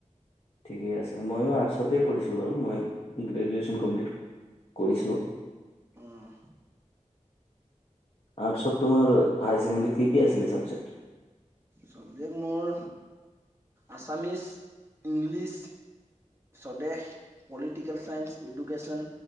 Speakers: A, on the left; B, on the right.
A: ঠিকেই আছে ময়ো আৰ্টছতে পঢ়িছোঁ বাৰু মই গ্ৰেজুৱেশ্যন কমপ্লিট কৰোঁ। কৰিছো।
B: আহ
A: আৰ্টছত তোমাৰ হায়াৰ কেণ্ডাৰিতত কি কি আছিলে চাবজেক্ট।
B: চবজেক্ট মোৰ আছামিছ ইংলিছ স্বদেশ। পলিটিকেল ছাইন্স ইডুকেশ্যন